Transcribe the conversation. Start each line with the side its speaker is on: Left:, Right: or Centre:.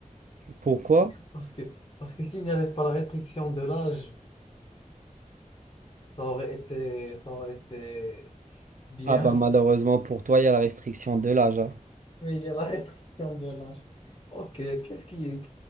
Right: Pourquoi?
Left: parce que parce que s'il n'y avait pas la restriction de l'âge ça aurait été ça aurait été bien
Right: Ah bah malheureusement pour toi, il y a la restriction de l'âge. hein.
Left: Mais il y a la restriction de l'âge. <laughs> Ok, qu'est-ce qui,